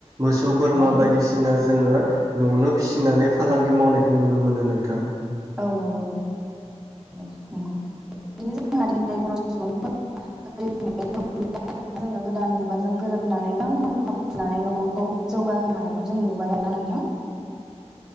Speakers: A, on the right; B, in the centre.
A: मोसौ
B: थाखो
A: बोरमा बायदिसिना जोंङो नआवनो फिसिनानै फालांगि मावनायखौ नुनो मोनो नोंथां।
B: औ नंगौ नंगौ औ नंगौ बिनो जोंहा दिनै बर सुबुं <inaudible> जोङो गोदान मुगाजों गोरोबनानै गां नां रुवा बुथुमनानै न'खरखौ जौगाहो हानायखौ जों नुबाय आरोना नोंथां।